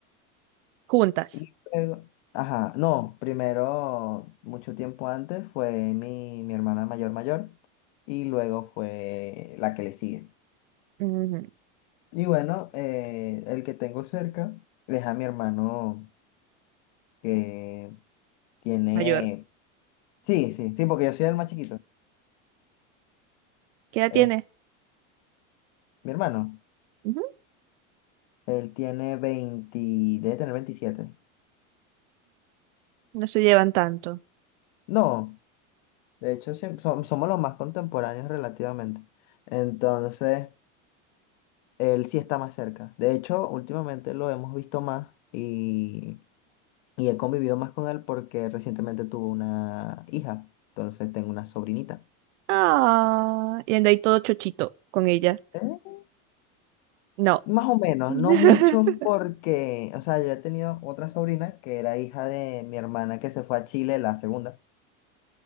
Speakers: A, on the right; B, on the left.
A: juntas.
B: Y luego, ajá, no, primero, mucho tiempo antes, fue mi, mi hermana mayor mayor y luego fue la que le sigue.
A: Ujú,
B: Y bueno, eh, el que tengo cerca es a mi hermano que tiene,
A: Mayor.
B: sí, sí, sí, porque yo soy el más chiquito.
A: ¿Qué edad
B: Es
A: tiene?
B: mi hermano,
A: Ujú.
B: él tiene 20, debe tener veintisiete
A: No se llevan tanto.
B: No, de hecho, sí, som- somos los más contemporáneos relativamente. Entonces... Él sí está más cerca. De hecho, últimamente lo hemos visto más y, y he convivido más con él porque recientemente tuvo una hija. Entonces tengo una sobrinita.
A: Ah, y anda ahí todo chochito con ella.
B: ¿Eh?
A: No.
B: Más o menos,
A: <laughs>
B: no mucho porque, o sea, yo he tenido otra sobrina que era hija de mi hermana que se fue a Chile, la segunda.